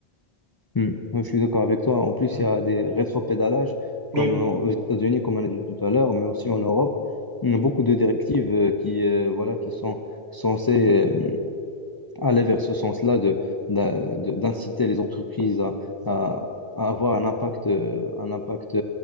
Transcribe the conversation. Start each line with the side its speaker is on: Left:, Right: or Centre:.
Left: Hmm. Ouais, Je suis d'accord avec toi. En plus,
Right: Mm.
Left: il y a des rétropédalages, comme
Right: Oui,
Left: euh, aux États-Unis, comme on a dit tout à l'heure, mais aussi en
Right: oui,
Left: Europe. Il
Right: oui,
Left: y a beaucoup de directives euh, qui, euh, voilà, qui sont censées euh, aller vers ce sens-là de, d'a- de- d'inciter les entreprises à, à- à avoir un impact, euh, un impact